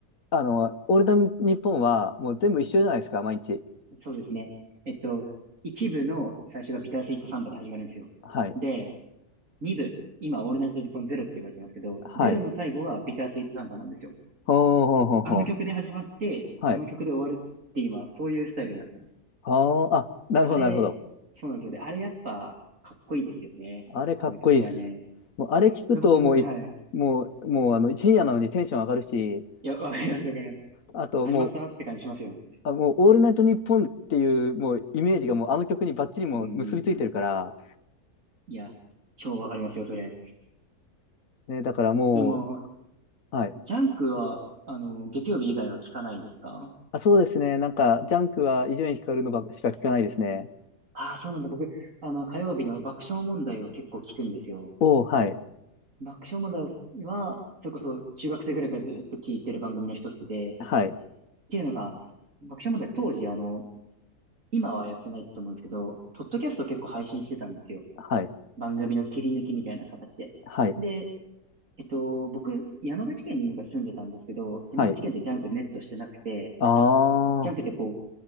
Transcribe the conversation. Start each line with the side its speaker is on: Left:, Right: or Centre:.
Left: あの、オールナイトニッポンは、もう全部一緒じゃないですか、毎日。
Right: そうですね。えっと、一部の最初がビタースイートサンバで始まるんですよ。
Left: はい。
Right: で、2部、今、オールナイトニッポンゼロって言われてますけど、
Left: はい。
Right: ゼロの最後はビタースイートサンバなんですよ。
Left: ほうほうほうほう。
Right: あの曲で始まって、
Left: はい。
Right: あの曲で終わるって今、そういうスタイルになってます。
Left: はあ、あ、なるほど、
Right: あれ、
Left: なるほど。
Right: そうなんですよね。あれやっぱ、かっこいいですよね。
Left: あれかっこいいっす。
Right: あの曲はね。
Left: もう、あれ聞くと、
Right: で僕、はい。
Left: もうい、もう、もう、あの、深夜なのにテンション上がるし、
Right: いや、わかります、わかります。
Left: あと、
Right: 始まったなって感じしますよね。
Left: もう、あ、もう、オールナイトニッポンっていう、もう、イメージがもう、あの曲にバッチリもう結びついてるから、
Right: うんうんうん。いや、超わかりますよ、それ。
Left: ね、だからも
Right: でも、
Left: う、はい。
Right: ジャンクは、あの、月曜日以外は聞かないですか
Left: あ、そうですね。なんか、ジャンクは伊集院光のばしか聞かないですね。
Right: ああー、そうなんだ。僕、あの、火曜日の爆笑問題を結構聞くんですよ。
Left: おー、はい。
Right: 爆笑問題は、それこそ中学生ぐらいからずっと聞いてる番組の一つで、っ
Left: はい。
Right: ていうのが、爆笑問題当時、あの、今はやってないと思うんですけど、ポッドキャスト結構配信してたんですよ。
Left: はい。
Right: 番組の切り抜きみたいな形で。
Left: はい。
Right: で、えっと、僕、山口県に昔住んでたんですけど、山口県ってジャンクネットしてなくて、
Left: はい。ああ、
Right: ジャンクってこう、